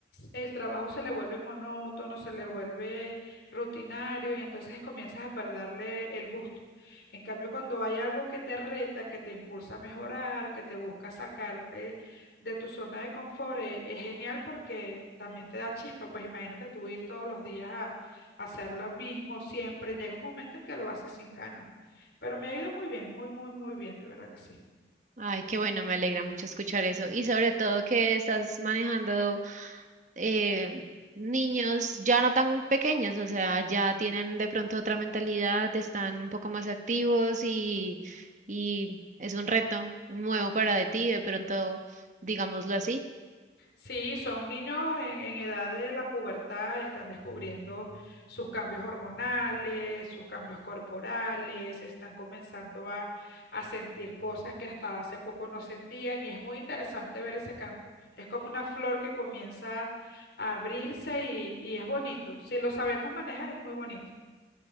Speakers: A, on the left; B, on the right.
A: el trabajo se le vuelve monótono, se le vuelve rutinario y entonces comienzas a perderle el gusto. En cambio, cuando hay algo que te reta, que te impulsa a mejorar, que te busca sacarte de tu zona de confort, e- es, genial porque también te da chispa. Pues imagínate tú ir todos los días a, a hacer lo mismo siempre. Llega un momento en que lo haces sin ganas. Pero me ha ido muy bien, muy, muy, muy bien, de verdad que sí.
B: Ay, qué bueno, me alegra mucho escuchar eso. Y sobre todo que estás manejando eh, niños ya no tan pequeños, o sea, ya tienen de pronto otra mentalidad, están un poco más activos y, y es un reto nuevo para de ti, de pronto, digámoslo así.
A: Sí, son niños en, en edad de la pubertad, están descubriendo sus cambios hormonales, sus cambios corporales, están comenzando a, a sentir cosas que hasta hace poco no sentían y es muy interesante ver ese cambio. Es como una flor que comienza a abrirse y, y es bonito. Si lo sabemos manejar, es muy bonito.